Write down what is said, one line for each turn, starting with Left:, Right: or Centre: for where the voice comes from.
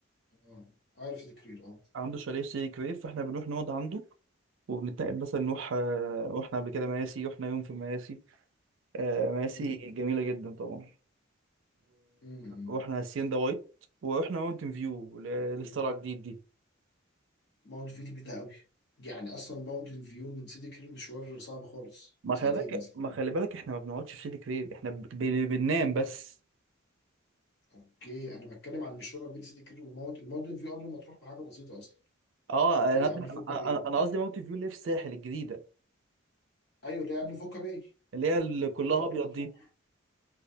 Left: اه عارف ذكرير اه
Right: عنده شاليه في سيدي كرير فاحنا بنروح نقعد عنده وبنتنقل مثلا نروح آه، رحنا قبل كده مراسي رحنا يوم في مراسي آه، مراسي
Left: مم.
Right: جميله جدا طبعا
Left: مم.
Right: ورحنا هاسيندا وايت ورحنا ماونتن فيو اللي هي
Left: اوكي
Right: لسه طالعه جديد دي
Left: ماونت فيو دي بعيدة قوي يعني أصلا ماونت فيو من سيدي كرير مشوار صعب خالص
Right: ما
Left: ساعتين
Right: خلي بالك
Left: مثلا
Right: ما خلي بالك احنا ما بنقعدش في سيدي كرير احنا ب... ب... بننام بس
Left: اوكي انا بتكلم عن المشوار ما بين سيدي كرير وماونت الماونت فيو قبل ما تروح بحاجه بسيطه اصلا
Right: اه
Left: هي
Right: انا قصدي-
Left: قبل فوكا
Right: انا
Left: باي متهيألي.
Right: أنا قصدي ماونتن فيو اللي في الساحل الجديده
Left: ايوه اللي هي قبل فوكا باي
Right: اللي هي اللي كلها
Left: اللي هي
Right: ابيض
Left: قبل ما تروح
Right: دي